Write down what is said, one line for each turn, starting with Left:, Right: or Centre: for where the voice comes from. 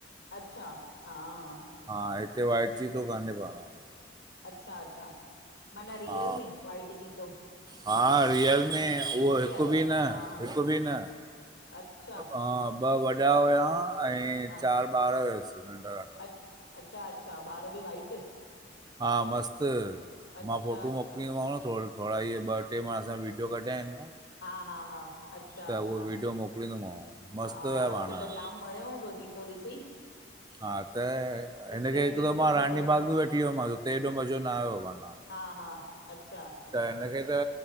Left: अच्छा, हां।
Right: हा हिते वाइट चीतो काने को साढ़े।
Left: अच्छा- अच्छा, माना रियल
Right: हा
Left: में वाइट चीतो?
Right: हा रियल। ने उहो
Left: ॾिसी
Right: हिकु
Left: आहियो
Right: बि न,
Left: हा
Right: हिकु बि न,
Left: अच्छा
Right: आ वॾ वॾा हुया ऐं
Left: हा
Right: चार ॿार हुयसि नंढड़ा।
Left: अच्छा- अच्छा, ॿार बि वाइट?
Right: हा मस्तु,
Left: अच्छा
Right: मां फोटू
Left: अच्छा
Right: मोकिलिंदोमांव थोरे थोड़ा इहे ॿ टे मां असां विडियो कढिया आहिनि न।
Left: हा, हा -हा। अच्छा-
Right: त
Left: अच्छा,
Right: उहो वीडियो मोकिलींदोमांव
Left: हा
Right: मस्तु हुया
Left: आरव
Right: पाण
Left: खे
Right: हा
Left: त जाम वणियो हूंदो चीतो ॾिसी?
Right: हा त
Left: एक्साइटेड
Right: हिन खे हिकु दफ़ो
Left: थी
Right: रानी
Left: वियो हूंदो
Right: बाग बि वठी वियोमांसि हुते हेॾो मज़ो न आयो माना।
Left: हा- हा, अच्छा
Right: त हिनखे त